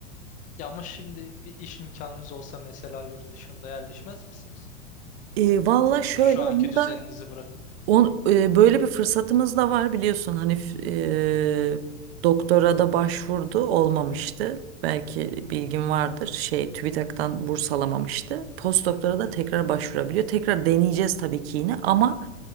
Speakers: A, on the left; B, on the right.
A: Ya ama şimdi bir iş imkanınız olsa mesela yurt dışında yerleşmez misiniz?
B: E, valla şöyle
A: Şu anki
B: onu
A: düzeninizi
B: da
A: bırakıp.
B: On, e, böyle bir fırsatımız da var biliyorsun hani e, doktora da başvurdu olmamıştı. Belki bilgin vardır şey TÜBİTAK'tan burs alamamıştı. Postdoktora
A: Hı hı.
B: da tekrar başvurabiliyor. Tekrar deneyeceğiz tabii ki yine ama